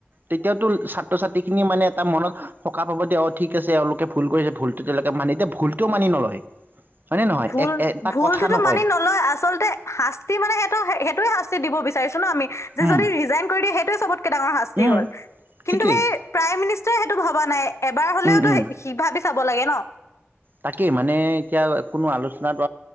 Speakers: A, on the right (about 45°); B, on the left (about 85°).
A: তেতিয়াওতো ছাত্ৰ-ছাত্ৰী খিনিয়ে মানে এটা মনত সকাহ পাব, দে অ', ঠিক আছে এওঁলোকে ভুল কৰিছে ভুল তেতিয়ালৈকে মানে এতিয়া ভুলটোও মানি নলয়। হয়নে নহয়
B: ভুল,
A: এক এটা
B: ভুলতোতো
A: কথা নকয়
B: মানি নলয় আচলতে শাস্তি মানে সেইটো সেইটোয়ে শাস্তি দিব বিচাৰিছো ন' আমি যে,
A: উম
B: যদি ৰিজাইন কৰি দিয়ে সেইটোৱে চবত কে ডাঙৰ শাস্তি
A: উম
B: হ'ল
A: ঠিকেই
B: কিন্তু, সেই প্ৰাইম মিনিষ্টাৰে সেইটো ভবা নাই এবাৰ হ'লেওতো
A: উম উম
B: সি ভাবি চাব লাগে ন'!
A: তাকেই মানে এতিয়া কোনো আলোচনাটো